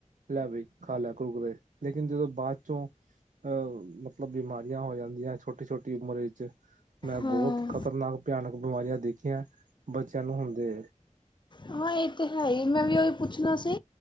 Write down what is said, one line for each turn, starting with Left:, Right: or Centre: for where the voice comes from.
Right: ਲੈ ਬਈ, ਖਾ ਲੈ ਕੁੁਰਕਰੇ, ਲੇਕਿਨ ਜਦੋਂ ਬਾਅਦ ਚੋਂ ਅਹ ਮਤਲਬ, ਬਿਮਾਰੀਆਂ ਹੋ ਜਾਂਦੀਆਂ, ਛੋਟੀ- ਛੋਟੀ ਉਮਰ ਵਿੱਚ। ਮੈਂ
Left: ਹਾਂ
Right: ਬਹੁਤ, ਖ਼ਤਰਨਾਕ ਭਿਆਨਕ ਬਿਮਾਰੀਆਂ, ਦੇਖੀਆਂ ਬੱਚਿਆਂ ਨੂੰ ਹੁੰਦੇ।
Left: ਹਾਂ ਇਹ ਤਾਂ ਹੈ ਹੀ, ਮੈਂ ਵੀ ਉਹੀ ਪੁੱਛਣਾ ਸੀ